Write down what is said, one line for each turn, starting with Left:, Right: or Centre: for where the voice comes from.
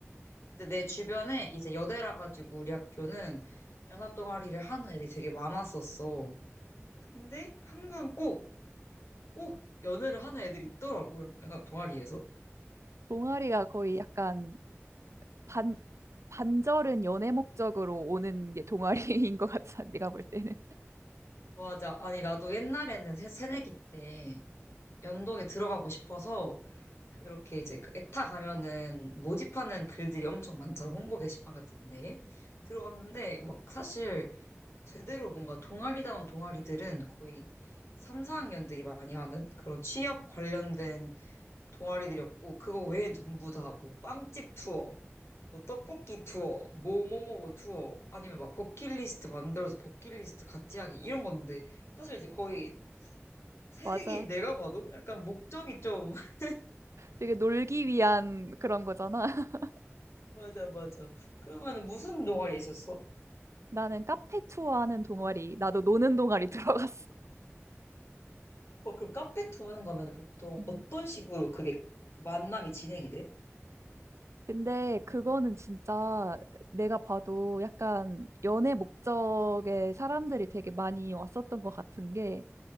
Left: 근데 내 주변에 이제 여대라 가지고 우리 학교는 연합 동아리를 하는 애들이 되게 많았었어. 근데 항상 꼭 꼭 연애를 하는 애들이 있더라고요. 연합 동아리에서.
Right: 동아리가 거의
Left: 그래서
Right: 약간 반, 반절은 연애 목적으로 오는 게 동아리인 <laughs> 것 같아, 내가 볼 때는.
Left: 맞아. 아니, 나도 옛날에는 새, 새내기 때 연동에 들어가고 싶어서 그렇게 이제 그 에타 가면은 모집하는 글들이 엄청 많잖아. 홍보 게시판 같은데. 들어갔는데 막 사실 제대로 뭔가 동아리다운 동아리들은 거의 3, 4학년들이 많이 하는 그런 취업 관련된 동아리들이었고 그거 외엔 전부 다 뭐 빵집 투어 뭐 떡볶이 투어, 뭐뭐뭐뭐 투어, 아니면 막 버킷리스트 만들어서 버킷리스트 같이 하기 이런 건데 사실 이제 거의
Right: <laughs>
Left: 새내기인
Right: 맞아.
Left: 내가 봐도 약간 목적이 좀 <laughs>
Right: 되게 놀기 위한 그런 거잖아. <laughs>
Left: 맞아 맞아. 그러면은 무슨 동아리 있었어?
Right: 나는 카페 투어하는 동아리, 나도 노는 동아리 <laughs> 들어갔어.
Left: 어 그럼 카페 투어 하는 거면 은 보통
Right: 음.
Left: 어떤 식으로 그게 만남이 진행이 돼?
Right: 근데 그거는 진짜 내가 봐도 약간 연애 목적의 사람들이 되게 많이 왔었던 것 같은 게,